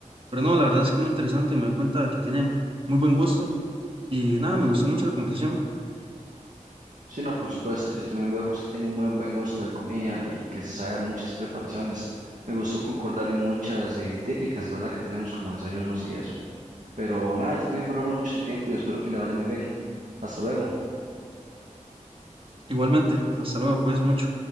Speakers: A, on the right (about 45°); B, on the right (about 70°).
A: Pero no, la verdad es que muy interesante, me doy cuenta de que tiene muy buen gusto. Y nada, me gustó mucho la conversación.
B: Sí, no, por supuesto. Yo también veo que usted tiene un muy buen gusto de comida y que se sabe muchas preparaciones. Me gustó concordar en muchas eh, típicas, ¿verdad? Que tenemos como desayunos y eso. Pero nada, yo también valoro mucho su tiempo y espero que le vaya muy bien. Hasta luego.
A: Igualmente, hasta luego, cuídense mucho.